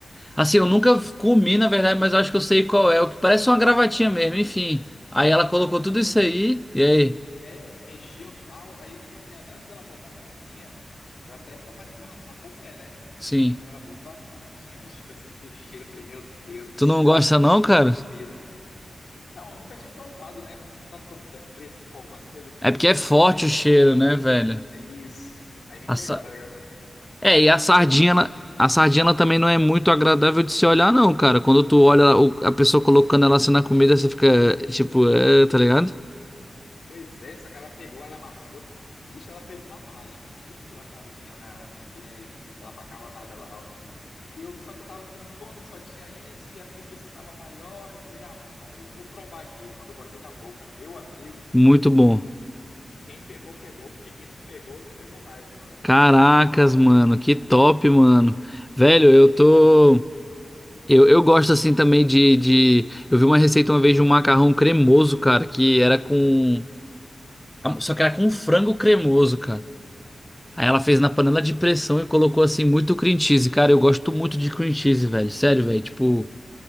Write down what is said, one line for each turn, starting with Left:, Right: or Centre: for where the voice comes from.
Centre: Assim, eu nunca comi, na verdade, mas eu acho que eu sei qual é. O que parece uma gravatinha mesmo, enfim. Aí ela colocou tudo isso aí, e aí?
Left: é, mexeu tal, aí tipo assim, antes dela botar a sardinha, eu até tava animado pra comer, né?
Centre: Sim.
Left: Aí quando ela botou a sardinha, bicho, que eu senti o cheiro, eu falei, meu Deus do
Centre: Tu
Left: céu,
Centre: não gosta,
Left: mano, acabou
Centre: não, cara?
Left: com a comida. Então, eu nunca tinha provado, né? Sabe quando tu é fresco com algumas coisas que
Centre: É
Left: tu
Centre: porque
Left: não,
Centre: é forte
Left: tu sente
Centre: o
Left: o
Centre: cheiro,
Left: cheiro e não.
Centre: né, velho?
Left: É isso. Aí me
Centre: A
Left: pegou,
Centre: sa-
Left: tá ligado?
Centre: É, e a sardinha,
Left: Só que,
Centre: na- a sardinha ela também não é muito agradável de se olhar, não, cara. Quando tu olha o- a pessoa colocando ela assim na comida, você fica, tipo, é, tá ligado?
Left: pois é, só que ela pegou, ela amassou. Bicho, ela fez uma mágica. Sumiu a sardinha na, naquele, naquela macarronada lá, ó. Aí eu, só que eu tava com fome, só tinha isso, e a preguiça tava maior. Eu falei, ah, mano, vai, eu vou provar aqui. Quando eu botei na boca, meu amigo,
Centre: Muito bom.
Left: quem pegou, pegou, porque quem não pegou, não pegou mais, não. Eu comi
Centre: Caracas,
Left: tudinho, ó.
Centre: mano, que top, mano. Velho, eu tô. Eu, eu gosto assim também de, de. Eu vi uma receita uma vez de um macarrão cremoso, cara, que era com. Só que era com frango cremoso, cara. Aí ela fez na panela de pressão e colocou assim muito cream cheese. Cara, eu gosto muito de cream cheese, velho. Sério, velho. Tipo.